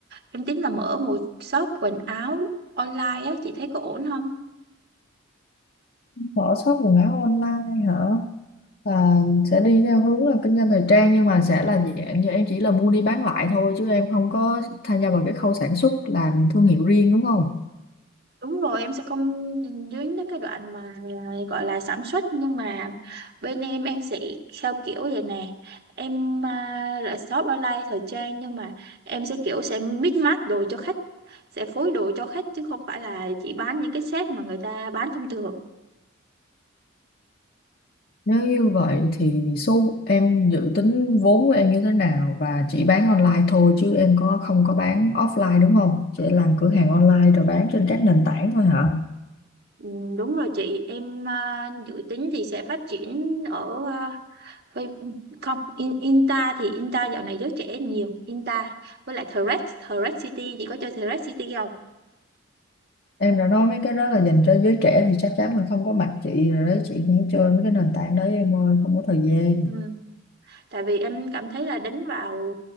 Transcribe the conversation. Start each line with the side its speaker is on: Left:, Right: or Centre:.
Right: Em tính là mở một shop quần áo online á, chị thấy có ổn không?
Left: Mở shop quần áo online hả? Là sẽ đi theo hướng là kinh doanh thời trang nhưng mà sẽ là dạng như em chỉ là mua đi bán lại thôi chứ em không có tham gia vào cái khâu sản xuất làm thương hiệu riêng đúng không?
Right: Đúng rồi, em sẽ không dính tới cái đoạn mà à, gọi là sản xuất nhưng mà bên em em sẽ theo kiểu vậy nè. Em à, là shop online thời trang nhưng mà em sẽ kiểu sẽ mix match đồ cho khách, sẽ phối đồ cho khách chứ không phải là chỉ bán những cái set mà người ta bán thông thường.
Left: Nếu như vậy thì số em dự tính vốn của em như thế nào và chỉ bán online thôi chứ em có không có bán offline đúng không? Chỉ làm cửa hàng online rồi bán trên các nền tảng thôi hả?
Right: Ừ, đúng rồi chị, em à, dự tính thì sẽ phát triển ở à, Face- không, in, Inta thì Inta dạo này giới trẻ nhiều, Inta với lại Threads, Threads City, chị có chơi Threads City không?
Left: Em đã nói mấy cái đó là dành cho giới trẻ thì chắc chắn là không có mặt chị rồi đấy, chị không chơi mấy cái nền tảng đấy em ơi, không có thời gian.
Right: Ừ. tại vì em cảm thấy là đánh vào